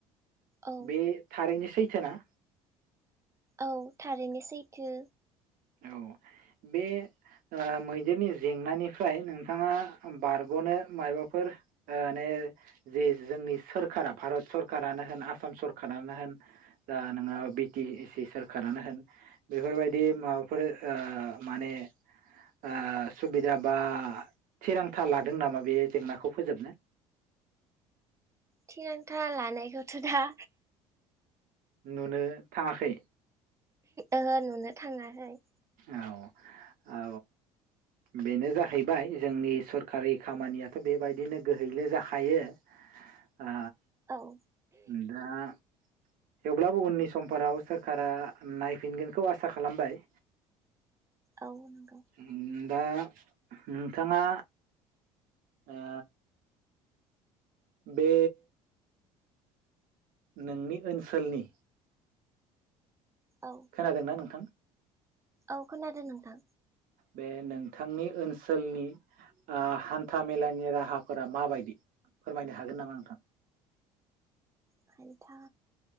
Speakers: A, on the right; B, on the right.
A: औ
B: बे थारैनो सैथोना?
A: औ थारैनो सैथो।
B: औ बे ओ मैदेरनि जेंनानिफ्राय नोंथाङा बारग'नो मायाबाफोर ओ ने जे जोंनि सोरखारा भारत सरखारानो होन आसाम सरखारानो होन द नोङो बि टि सि सोरखारानो होन बेफोरबायदि मा फोर ओ माने ओ सुबिदा बा थिरांथा लादों नामा बे जेंनाखौ फोजोबनो?
A: थिरांथा लानायखौथ' दा
B: नुनो थाङाखै?
A: ओहो नुनो थाङाहाय।
B: औ औ बेनो जाहैबाय जोंनि सरखारि खामानियाथ' बेबायदिनो गोहैले जाखायो आ
A: औ
B: उम दा थेवब्लाबो उननि सम्फोराराव सोरखारा नायफिनगोनखौ आसा खालामबाय।
A: औ नों
B: उम। दा नोंथाङा ओ बे नोंनि ओनसोलनि
A: औ
B: खोनादों ना नोंथां
A: औ खोनादों नोंथां
B: बे नोंथांनि ओनसोलनि ओ हान्था मेलानि राहाफोरा माबायदि फोरमायनो हागोन नामा नोंथां?
A: हान्था